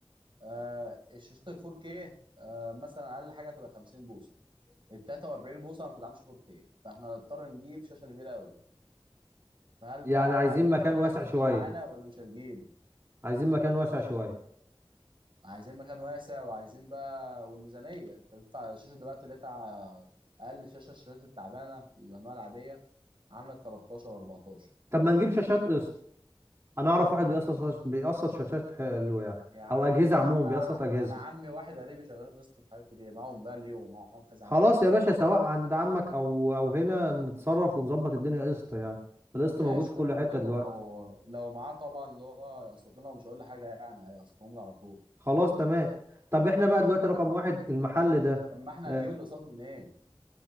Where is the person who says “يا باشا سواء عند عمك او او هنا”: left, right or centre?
Right